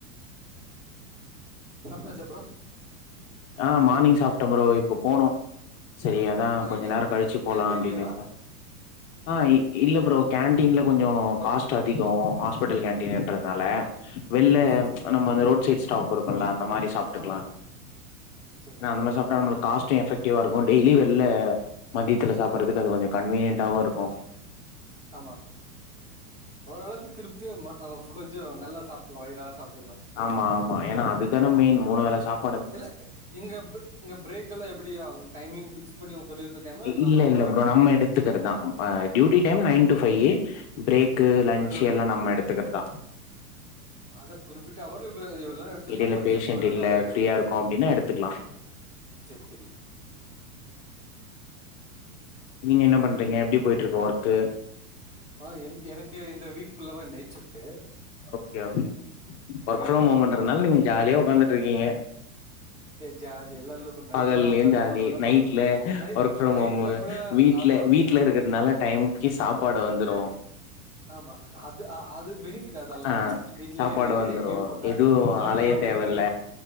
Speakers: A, on the right (about 15°); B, on the left (about 50°).
A: சாப்டாச்சா
B: ஆஹ் மார்னிங் சாப்ட்டே ப்ரோ இப்ப போனு செரி அதா
A: எங்க
B: கொஞ்ச
A: கே
B: நேரோ கழிச்சு போலா
A: கேன்டீன்லயேவா
B: அப்டின்னு இருக்கே ஆஹ் இல்ல ப்ரோ கேன்டீன்ல கொஞ்சோ காஸ்ட் அதிகோ ஹாஸ் ப்பிட்டல் கேன்டீன்றதுனால வெள்ல
A: சரி சரி
B: ச் நம்ம அந்த ரோட் ஸ் ரீட் ஸ்டாப் இருக்குல அந்த மாரி சாப் ட்டுக்கலானு
A: ஆமாமா சரி
B: ஏனா
A: சரி
B: அந்த மாரி சாப்ட்டா நம்ம காஸ்ட்டு எஃபெக்ட் டிவா இருக்கு‌ டெய்லி வெள்ல மதியத்துல சாப்புறதுக்கு அது கொஞ்சோ கன்வியன்டாவு இரு கு
A: ஆமா ஓரளவுக்கு திருப்தியா மா கொஞ் கொஞ்சோ நல்லா சாப்ட்டுக்கலா வயிறாற சாப்ட்டுக்கலா
B: ஆமா ஆமா ஏன்னா அதுதான மெயின் மூணு வேல சாப்
A: இல்ல இங்க இங்க பிரேக் எல்லாம் எப்டி ஆகும் டைமிங் பிக்ஸ் பண்ணி சொல்லியிருக்க டைம் நம்ம
B: இல்ல
A: எப்ப
B: இல்ல
A: வேணா
B: ப்ரோ
A: என்ன-
B: நம்ம எடுத்துக்கிறதுதான் நம்ம duty time nine to five break
A: ஆம்,
B: லன்ச்
A: நடு
B: எல்லாம் நம்ம எடுத்துக்கறதான்
A: அதை குறிப்பிட்ட அவர் இவ்வளவு நேரம் எடுத்துக்கலாம்
B: இதுல
A: பட்
B: பேஷன்ட்
A: எப்ப வேணாலும்
B: இல்ல
A: அதை எடுத்துக்கலாம்
B: ஃப்ரீயா இருக்கும் அப்டின்னா எடுத்துக்கலாம்
A: சரி சரி
B: நீங்க என்ன பண்றீங்க எப்டி போயிட்டு இருக்கு ஒர் கு
A: ஆஹ் என் எனக்கு இந்த வீக் ஃபுல்லாவே night shift
B: okay okay work ப்ரம்
A: தான்
B: ஹேம்முன்றதுனால நீங்க ஜாலியா உக்காந்துட்ருக்கீங்க
A: ஜாலி எல்லாம் நைட்
B: பகல்லயும்
A: எல்லாம் உட்காந்து
B: ஜாலி
A: பண்ணணும்னா
B: நைட்ல
A: பாத்துக்கோங்க நைட்
B: ஒர்க்ப்ரம்ஹோமு
A: நைட்ல கூட
B: வீட்ல
A: ஆமா
B: வீட்ல இருக்கிறதுனால டைம்க்கி சாப் சாப்பாடு வந்துரும்
A: ஆமா அது அது பெனிஃபிட் அதெல்லா
B: அ
A: வீட்லயே
B: சாப்பாடு
A: இருக்கறது
B: வந்துரு
A: எங்கேயு போற
B: எதுவு
A: டிராவலிங்
B: அலைய தேவல்ல
A: கம்மி